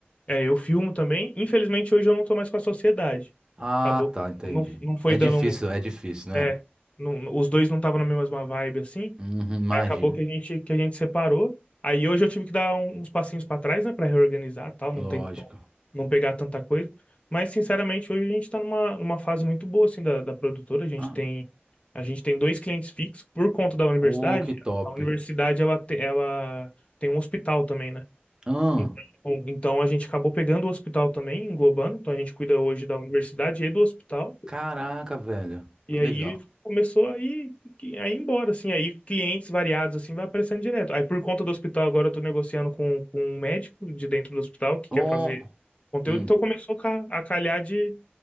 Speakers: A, on the left; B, on the right.
A: É, eu filmo também. Infelizmente, hoje eu não tô mais com a sociedade.
B: Ah,
A: Acabou que
B: tá, entendi.
A: não, não foi
B: É
A: dando.
B: difícil,
A: um-
B: é difícil, né?
A: É, não- os dois não estavam na mesma vibe, assim.
B: Uhum, imagino.
A: Aí acabou que a gente que a gente separou. Aí hoje eu tive que dar um- uns passinhos pra trás, né, Pra reorganizar, e tal, não
B: Lógico.
A: tem não, não pegar tanta coisa. Mas sinceramente, hoje a gente tá numa, numa fase muito boa assim da, da produtora. A gente
B: Ah,
A: tem a gente tem dois clientes fixos por conta da universidade.
B: ô, que top.
A: A universidade ela te- ela tem um hospital também, né?
B: Ah,
A: Então, então a gente acabou pegando o hospital também, englobando. Então a gente cuida hoje da universidade e do hospital.
B: caraca, velho.
A: E
B: Que
A: aí
B: legal.
A: começou a ir, a ir embora, assim. Aí clientes variados, assim, vai aparecendo direto. Aí por conta do hospital, agora eu tô negociando com, com um médico de dentro do hospital que
B: Oh,
A: quer fazer conteúdo.
B: hum,
A: Então começou a ca- a calhar de,